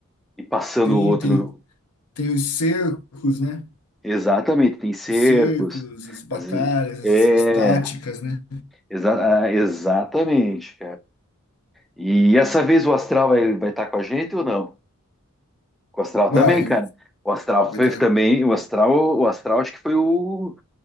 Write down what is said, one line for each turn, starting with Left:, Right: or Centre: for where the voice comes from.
Centre: e passando
Left: Sim,
Centre: o outro.
Left: tem, tem os cercos, né?
Centre: Exatamente, tem cercos.
Left: Os cercos, as batalhas,
Centre: Às vezes, é,
Left: as, as táticas, né?
Centre: exa- ah, exatamente, E essa vez o astral vai vai estar com a gente ou não? O astral
Left: Vai,
Centre: também, cara. O astral
Left: vai
Centre: foi
Left: tá.
Centre: também, o astral, o astral acho que foi o